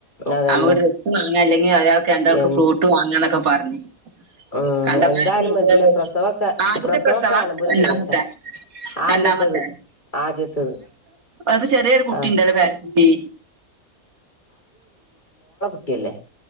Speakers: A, on the left; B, on the right.
A: അതന്നെ
B: ഒരു ഡ്രസ്സ് വാങ്ങാൻ അല്ലെങ്കിൽ ഒരാൾക്ക് രണ്ടാൾക്ക്
A: എ
B: ഫ്രൂട്ട് വാങ്ങാന്നൊക്കെ പറഞ്ഞ്
A: ഉം
B: കണ്ടമാനം
A: എന്തായാലും വേണ്ടില്ല
B: പേര് വച്ച്
A: പ്രസവൊക്കെ
B: ആദ്യത്തെ
A: പ്രസവൊക്കെ
B: പ്രസവവാ?
A: നല്ലമ്പോലെ
B: രണ്ടാമത്തെ?
A: കയ്യട്ടെ ആദ്യത്തത്
B: രണ്ടാമത്തെ.
A: ആദ്യത്തത്
B: ഒരു ചെറിയൊരു കുട്ടി
A: ആഹ്
B: ഉണ്ടല്ലോ? പേരകുട്ടി?
A: ല്ലെ?